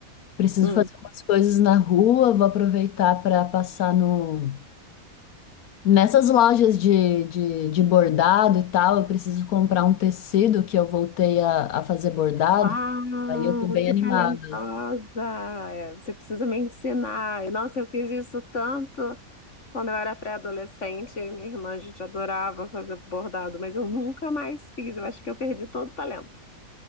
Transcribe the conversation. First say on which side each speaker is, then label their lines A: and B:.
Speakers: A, on the left (about 80°); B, on the left (about 55°).
A: Preciso
B: Hum.
A: fazer umas coisas na rua, vou aproveitar para passar no nessas lojas de, de, de bordado e tal. Eu preciso comprar um tecido que eu voltei a, a fazer bordado.
B: Uau,
A: Aí eu tô bem
B: que
A: animada.
B: talentosa! É, Você precisa me ensinar. Nossa, eu fiz isso tanto quando eu era pré-adolescente. eu e Minha irmã, a gente adorava fazer bordado, mas eu nunca mais fiz. Eu acho que eu perdi todo o talento.